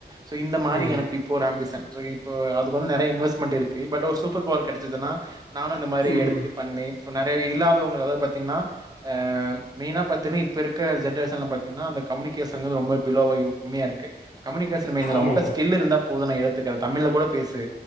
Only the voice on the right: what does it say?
சு இந்த மாரி
எனக்கு ஆம்பிஷன் சோ இப்ப அதுக்கு வந்து நெறைய இன்வெஸ்ட்மெண்ட் இருக்கு பட் ஒரு சூப்பர் பவர் கெடைச்சுச்சுன்னா நானு இந்த மாரி
எடுத்து பண்ணி இப்போ நெறையா இல்லாதவங்க அதாவ பாத்திங்னா அ மெய்னா பாத்திங்னா இப்ப இருக்க ஜென்ரேஷன்ல பாத்தினா அந்த கம்யூனிகேஷன்ங்றது ரொம்ப பிலோவாகி உமையாருக்கு கம்முனிகேஷன் மெய்ன் இல்ல
அவன்ட்ட
ஸ்கில் இருந்தா உத நா எடுத்துக்கிற தமிழ்ல கூட பேசு